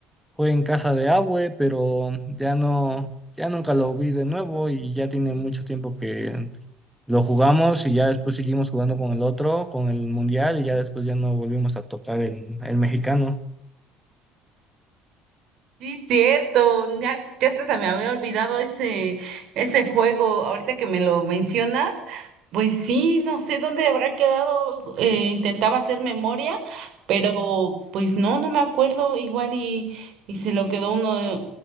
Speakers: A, in the centre; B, on the right.
A: fue en casa de Abue, pero ya no, ya nunca lo vi de nuevo y ya tiene mucho tiempo que lo jugamos y ya después seguimos jugando con el otro, con el mundial y ya después ya no volvimos a tocar el, el mexicano.
B: Sí, cierto, ya, ya hasta se me había olvidado ese, ese juego, ahorita que me lo mencionas, pues sí, no sé dónde habrá quedado, eh, intentaba hacer memoria, pero pues no, no me acuerdo, igual y, y se lo quedó uno de,